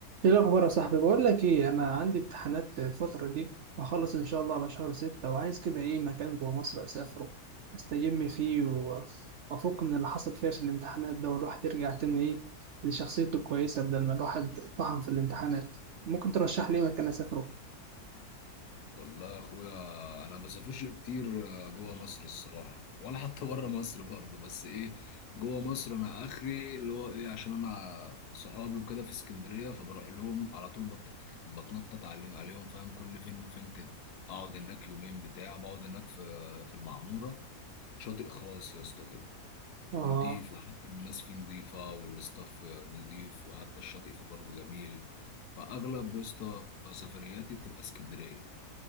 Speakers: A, on the right; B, on the left.
A: ايه الاخبار يا صاحبي بقول لك ايه انا عندي امتحانات الفتره دي وهخلص ان شاء الله على شهر ستة وعايز كده ايه مكان جوه مصر اسافره استجم فيه و- وافك من اللي حصل فيها في الامتحانات ده والواحد يرجع تاني ايه لشخصيته الكويسه بدل ما الواحد طحن في الامتحانات ممكن ترشح لي إيه مكان اسافره
B: والله يا اخويا انا ما بسافرش كتير آه، جوه مصر الصراحه ولا حتى بره مصر برضه بس ايه جوه مصر انا اخري اللي هو ايه عشان انا صحابي وكده في اسكندريه فبروح لهم على طول بت- بتنطط عليهم عليهم فاهم كل فين وفين كده اقعد هناك يومين بتاع بقعد هناك في في المعموره شاطئ خاص يا اسطى كده
A: اه
B: ونضيف وحتى الناس فيه نضيفه والاستاف نضيف وحتى الشاطئ فيه برضه جميل فاغلب يا اسطى سفرياتي بتبقى اسكندريه